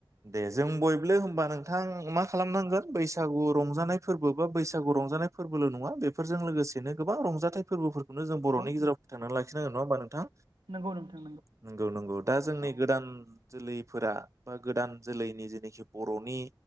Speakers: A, on the right (about 35°); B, on the right (about 75°).
A: दे जों बयब्लो होमबा नोंथां मा खालामनांगोन बैसागु रंजानाय फोरबो बा बैसागु रंजानाय फोरबोल नङा बेफोरजों लोगोसेनो गोबां रंजाथाइ फोरबोफोर खौनो जों बरनि
B: औ
A: गेजेराव फथांना लाखि खिनांगोन नङा होनबा नोंथां?
B: नंगौ नोंथां
A: नंगौ नंगौ दा जोंनि
B: औ
A: गोदान जोलैफोरा बा गोदान जोलैनि जेनोखि बरनि